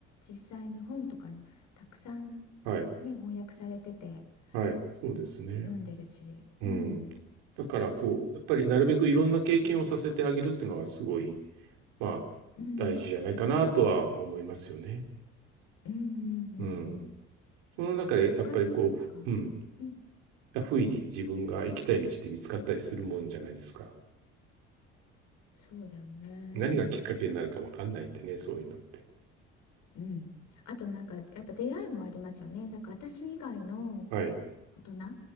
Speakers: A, on the left; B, on the right.
A: 実際に本とかね、たくさん
B: はい。
A: ね、翻訳されてて、
B: はい。そうですね。
A: あの、読んでるし、
B: うん。
A: うん、
B: だから、こう、やっぱりなるべくいろんな経験をさせてあげるっていうのがすごいまあ、
A: うん、
B: 大事じゃないかなとは思いますよね。
A: うんうんうんうん。
B: うん。その中で、
A: 他になんか
B: やっぱりこう、ふうん。
A: うん
B: 不意に自分が行きたい道って見つかったりするもんじゃないですか。
A: そうだよね。
B: 何がきっかけになるかわかんないんでね、そういうのって。
A: うん。あとなんかやっぱ出会いもありますよね。なんか私以外の
B: はい。
A: 大人だ